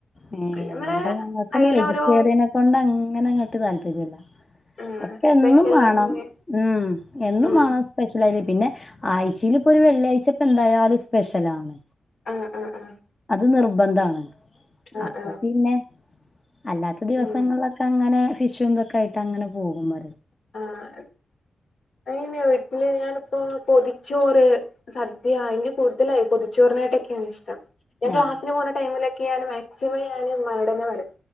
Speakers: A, on the left; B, on the left.
A: ഏഹ്
B: അയ്ല് നമ്മള്
A: ഇവടെ ഞങ്ങക്കൊന്നും
B: അയ്ലോരോ
A: വെജിറ്റേറിയനെ കൊണ്ടങ്ങനെങ്ങട്ട് താല്പര്യല്ല.
B: ആഹ്
A: ഒക്കെന്നും
B: സ്പെഷ്യലായിട്ട്
A: മാണം
B: ഇങ്ങനെ
A: ഉം എന്നും
B: ഉം
A: മാണം സ് പെഷ്യലാര്യാ പിന്നെ ആഴ്ച്ചീല്പ്പൊരു വെള്ളിയാഴ്ചപ്പന്തായാലും സ്പെഷ്യലാണ്
B: ആഹ് ആഹ് ആഹ്
A: അത് നിർബന്ധാണ്
B: ആഹ്
A: അപ്പൊ
B: ആഹ്
A: പിന്നെ അല്ലാത്ത ദിവസങ്ങളിലൊക്കങ്ങനെ
B: ഉം
A: ഫിഷും തൊക്കായിട്ടങ്ങനെ പോകും പറ്യേ.
B: ആഹ് അയ്ന് വീട്ടില് ഞാനിപ്പോ പൊതിച്ചോറ് സദ്യ ഇൻക്ക് കൂടുതലായി പൊതിച്ചോറിനായിട്ടൊക്കെണിഷ്ടം ഞാൻ ക്ലാസ്സിന്
A: ആ
B: പോണ ടൈമിലൊക്കെണ് മാ ക്സിമം ഞാന് ഇമ്മാനോടെന്നെ പറയും